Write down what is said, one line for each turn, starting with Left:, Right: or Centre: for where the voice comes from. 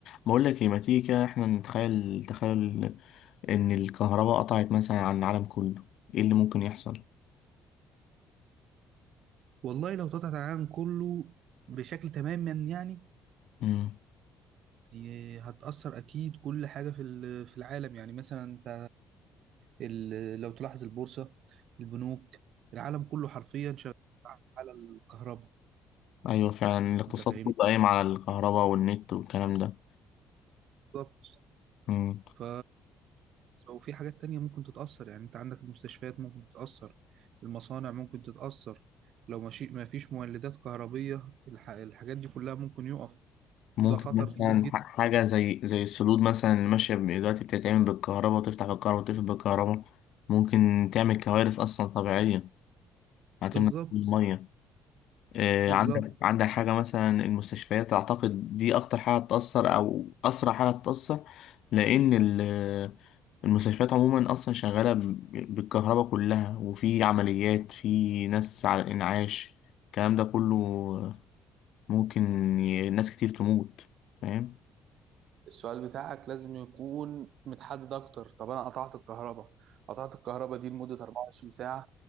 Left: بقول لك ايه ما تيجي كده احنا نتخيل تخيل ان الكهرباء قطعت مثلا عن العالم كله ايه اللي ممكن يحصل
Right: والله لو تقطع العالم كله بشكل تماما يعني
Left: امم
Right: ي- هتأثر أكيد كل حاجة في ال- في العالم يعني مثلا أنت ال- لو تلاحظ البورصة البنوك العالم كله حرفيا شغال على الكهرباء
Left: ايوه فعلا الاقتصاد
Right: أنت فاهمني
Left: كله قايم على الكهرباء والنت والكلام ده
Right: بالظبط
Left: مم.
Right: ف وفي حاجات تانية ممكن تتأثر يعني أنت عندك المستشفيات ممكن تتأثر المصانع ممكن تتأثر لو ماشي ما فيش مولدات كهربية الح... الحاجات دي كلها ممكن يقف
Left: ممكن
Right: وده خطر
Left: مثلا
Right: كبير جدا
Left: ح- حاجه زي زي السدود مثلا اللي ماشيه دلوقتي بتتعمل بالكهرباء وتفتح بالكهرباء وتقفل بالكهرباء ممكن تعمل كوارث اصلا طبيعيه هتمنع
Right: بالظبط
Left: كل الميه آه،
Right: بالظبط
Left: عندك عندك حاجة مثلا المستشفيات أعتقد دي أكتر حاجة تأثر أو أسرع حاجة تأثر لأن ال- المستشفيات عموما أصلا شغالة ب- بالكهرباء كلها وفي عمليات في ناس على الإنعاش الكلام ده كله ممكن ي- ناس كتير تموت فاهم؟
Right: السؤال بتاعك لازم يكون متحدد اكتر طب انا قطعت الكهرباء قطعت الكهرباء دي لمدة 24 ساعة